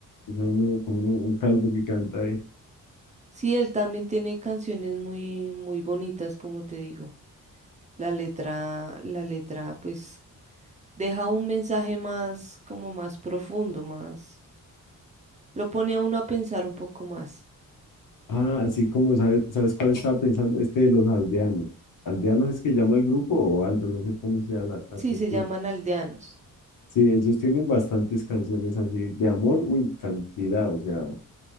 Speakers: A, on the left (about 70°); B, on the right (about 20°).
A: Es uno, como uno- un calvo que canta ahí.
B: Sí, él también tiene canciones muy, muy bonitas, como te digo. La letra, la letra, pues deja un mensaje más, como más profundo, más. Lo pone a uno a pensar un poco más.
A: Ah, así como, ¿sabes, ¿sabes cuál estaba pensando? Este de los aldeanos. ¿Aldeanos es que llama el grupo o Aldo? No sé cómo sea la, la
B: Sí,
A: cuestión.
B: se llaman aldeanos.
A: Sí, ellos tienen bastantes canciones así de amor, uy, cantidad, o sea,